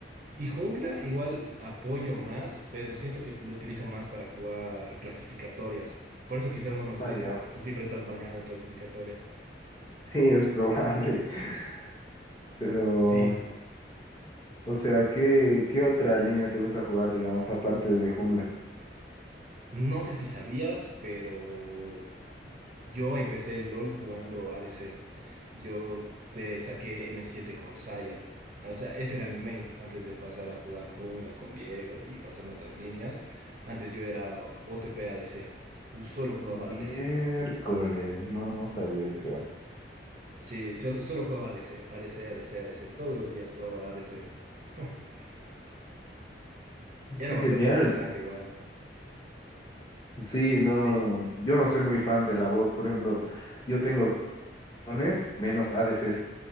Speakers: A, on the right; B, on the left.
A: Y jungla igual apoyo más, pero siento que lo utilizo más para jugar clasificatorias. Por eso quizás no nos has
B: Ah,
A: visto,
B: ya.
A: porque
B: <laughs>
A: tú siempre estás baneada en clasificatorias.
B: Sí, es probable. <laughs> Pero,
A: Sí,
B: o sea, ¿qué, qué otra línea te gusta jugar, digamos, aparte de jungla?
A: no sé si sabías, pero yo empecé el LOL jugando ADC. Yo te saqué m siete con Saya. O sea, ese era mi main antes de pasar a jugar jungla con Viego y pasarme a otras líneas. Antes yo era OTP ADC. ju- Solo jugaba
B: Miércoles,
A: ADC.
B: no, no sabía, creo.
A: Sí, solo, solo jugaba ADC, ADC, ADC, ADC. Todos los días jugaba ADC. <laughs> Era
B: Qué
A: bastante
B: genial.
A: estresante igual.
B: Sí, no,
A: Sí,
B: yo no soy muy fan de la bot, por ejemplo, yo tengo dones menos ADCs.